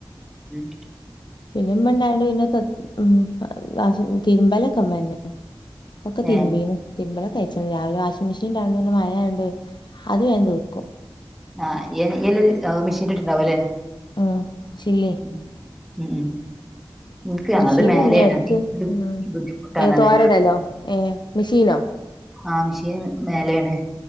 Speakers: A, in the centre; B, on the left.
A: ഉം
B: പിന്നെ ഇമ്മണ്ടായണ്ട് പിന്നെ ഉം വാശി തിരുമ്പലൊക്കെ. ഇമ്മന്നെ ഒക്കെ തിരുമ്പീണ്
A: ഏ
B: തിര്മ്പലൊക്കെ കഴിച്ച്ണ് രാവിലെ വാഷിംഗ് മെഷീൻണ്ടായൊണ്ട് മഴആയോണ്ട് അത് വേഗം തീർക്കും
A: ആ ഇയ്യ് ഇയ്യ് മെഷീൻ ഇട്ടുണ്ടാവും ഇല്ലേ
B: ആഹ് <unintelligible>
A: ഉം ഉം ഇൻക്ക് ഞങ്ങളത്
B: മെഷീൻന്നെ
A: മേലെയാണ്
B: എടുക്ക്
A: അപ്പൊ ഇൻക്കൊരു
B: ഉം
A: ബുദ്ധിമുട്ടാണ്
B: ഏഹ്
A: അതായത്
B: തോരടല്ലോ ഏഹ് മെഷീനോ
A: ആഹ് മിഷീന് മേലെയാണ്